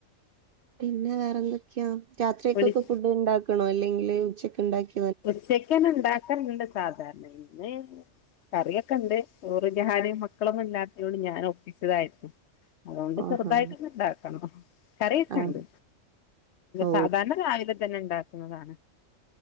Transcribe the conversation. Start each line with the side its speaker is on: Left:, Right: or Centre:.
Right: പിന്നെ വേറെന്തൊക്കെയി രാത്രിയൊക്കൊക്കെ
Left: വിളി
Right: ഫുഡ് ഇണ്ടാക്കണോ അല്ലെങ്കില് ഉച്ചക്കിണ്ടാക്കി
Left: ഉച്ചക്കന്നെ ഇണ്ടാക്കല്ണ്ട് സാധാരണ ഇന്ന് കറിയൊക്കെ ഇണ്ട് ചോറ് ഞാനും മക്കളൊന്നും <unintelligible> ഒപ്പിച്ചതായിരുന്നു അതൊണ്ട്
Right: ആഹാ
Left: ചെറുതായിട്ട് ഒന്ന് ഇണ്ടാക്കണം കറിയികെണ്ട്
Right: ആഹ് ഓ
Left: സാധാരണ രാ തന്നെ ഇണ്ടാക്ക്ണെതാണ്